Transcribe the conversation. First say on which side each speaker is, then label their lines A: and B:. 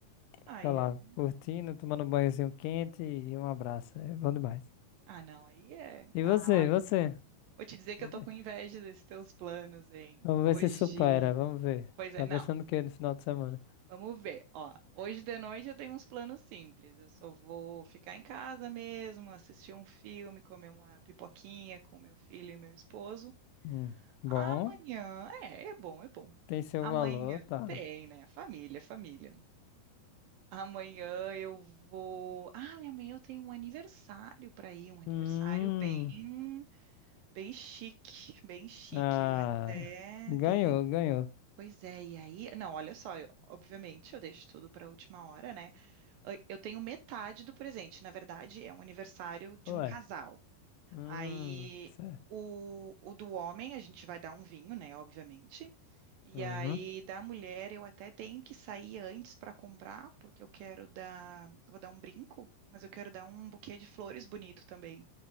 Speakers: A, on the right; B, on the left.
A: Ai,
B: fica lá
A: aí.
B: curtindo, tomando um banhozinho quente e um abraço. É bom demais.
A: Ah, não, aí é.
B: E
A: Ah,
B: você,
A: olha,
B: você?
A: vou te dizer que
B: Vamos
A: eu tô
B: ver.
A: com inveja desses teus planos, hein?
B: Vamos
A: Hoje.
B: ver se supera, vamos ver.
A: Pois
B: Tá
A: é, não.
B: pensando o quê no final de semana?
A: Vamos ver. Ó, hoje de noite eu tenho uns planos simples. Eu só vou ficar em casa mesmo, assistir um filme, comer uma pipoquinha com meu filho e meu esposo.
B: Hum, bom,
A: Amanhã. É, é bom, é bom.
B: tem seu
A: Amanhã
B: valor, tá.
A: tem, né? Família, família. Amanhã eu vou. Ah, amanhã eu tenho um aniversário para ir, um aniversário
B: Hum,
A: bem, bem chique, bem chique.
B: ah,
A: Eu até
B: ganhou,
A: tenho.
B: ganhou.
A: Pois é, e aí? Não, olha só, eu- obviamente eu deixo tudo para a última hora, né? Eu eu tenho metade do presente. Na verdade, é um aniversário de
B: Ué,
A: um casal.
B: hum,
A: Aí
B: certo.
A: o, o do homem, a gente vai dar um vinho, né? Obviamente. E
B: Uhum.
A: aí, da mulher, eu até tenho que sair antes para comprar, porque eu quero dar, vou dar um brinco, mas eu quero dar um buquê de flores bonito também.